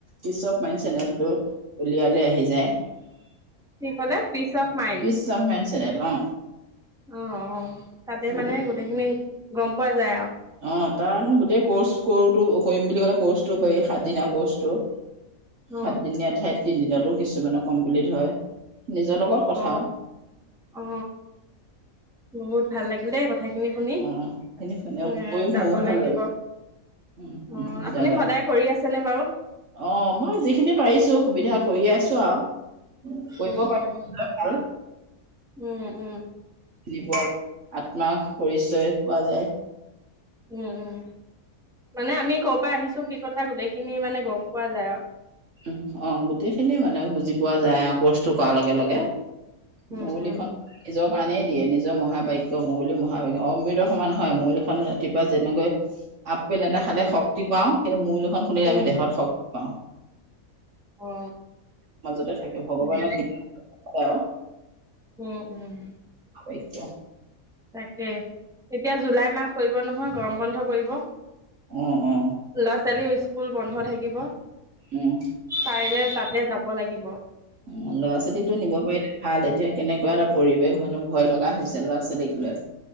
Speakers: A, on the right; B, in the centre.
A: পিচ অফ মাইণ্ড চেনেলটো উলিয়ালে আহি যায়।
B: কি ক'লে piece of mind?
A: Piece of mind channel অ
B: অ', অ, তাতে
A: বহুত
B: মানে গোটেইখিনি গ'ম পোৱা যায়, আৰু
A: অ', তাৰ মানে গোটেই কৰ্চ কৰো কৰিম বুলি ক'লে, ক'ৰ্চটো পাৰি সাতদিনা কৰ্চটো। সাতদিনীয়া
B: অ
A: ঠাইত তিনদিনতো কিছুমানে কমপ্লিট হয়। নিজৰ লগত কথা।
B: অ অ বহুত ভাল লাগিল দেই, কথাখিনি শুনি,
A: অ সেইখিনি শুনে
B: উম,
A: কৰি
B: যাব
A: ময়ো ভাল
B: লাগিব।
A: উম উম
B: অ', আপুনি
A: যাবা
B: সদায় কৰি আছেনে বাৰু?
A: অ', মই যিখিনি পাৰিছো। সুবিধা কৰি আছো আৰু কৰিব
B: উম উম
A: <unintelligible> আৰু
B: উম', উম,
A: জীৱআত্মা পৰিচয় পোৱা যায়।
B: উম', উম, মানে আমি ক'ৰ পৰা আহিছো কি কথা গোটেইখিনি মানে গ'ম পোৱা যায় আৰু
A: উ', অ, গোটেইখিনি মানে বুজি পোৱা যায় আৰু কৰ্চটো কৰাৰ লগে। লগে।
B: উম
A: মুৰলীখন
B: উম
A: নিজৰ কাৰণেই দিয়ে নিজৰ মহাবাক্য মুৰুলী মহাবাক্য অমৃত সমান হয় মুৰুলীখন ৰাতিপুৱা যেনেকৈ আপেল এটা খালে শক্তি পাওঁ সেই মুৰুলী এখন শুনিলে
B: উম
A: আমি দেহত শক্তি পাওঁ
B: অ
A: মাজতে থাকে ভগৱানক
B: উম
A: <unintelligible>
B: উম উম
A: শইকীয়া
B: তাকে এতিয়া জুলাই মাহ পৰিব নহয় গৰম বন্ধ পৰিব
A: অ অ
B: ল'ৰা ছোৱালী স্কুল বন্ধ থাকিব
A: উম
B: পাৰিলে তাতে যাব লাগিব।
A: উম ল'ৰা ছোৱালীকতো নিব পাৰিলে ভাল এতিয়া কেনেকুৱা এটা পৰিৱেশ মানুহৰ ভয় লগা হৈছে ল'ৰা ছোৱালীক লৈ